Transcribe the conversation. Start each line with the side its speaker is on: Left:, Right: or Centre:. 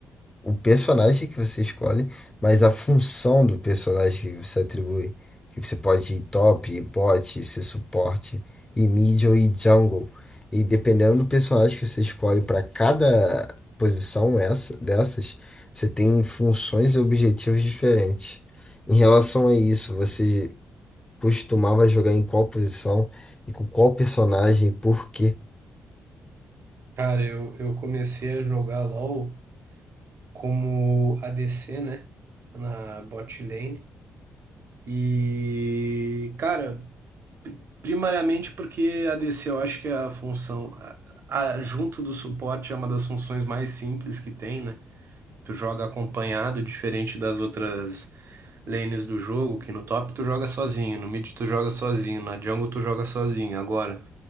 Left: o personagem que você escolhe, mas a função do personagem que você atribui. Que você pode ir top, ir bot, ser suporte, ir middle e jungle. E dependendo do personagem que você escolhe para cada posição essa, dessas, você tem funções e objetivos diferentes. Em relação a isso, você costumava jogar em qual posição e com qual personagem e por quê?
Right: Cara, eu, eu comecei a jogar LoL. como ADC, né? Na bot lane. E, cara, primariamente porque ADC eu acho que é a função, a- a- junto do suporte, é uma das funções mais simples que tem, né? Tu joga acompanhado, diferente das outras lanes do jogo, que no top tu joga sozinho, no mid tu joga sozinho, na jungle tu joga sozinho. Agora,